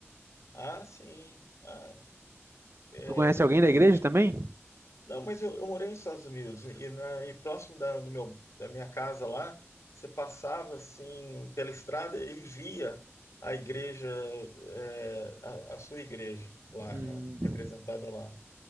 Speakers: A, on the left; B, on the right.
A: Ah, sim. Ah, é,
B: Tu conhece alguém da igreja
A: eu
B: também?
A: Não, mas eu, eu morei nos Estados Unidos e, na- e próximo da, do meu, da minha casa lá, você passava assim pela estrada e via a igreja, é, a, a sua igreja lá,
B: Hum,
A: né? Representada lá.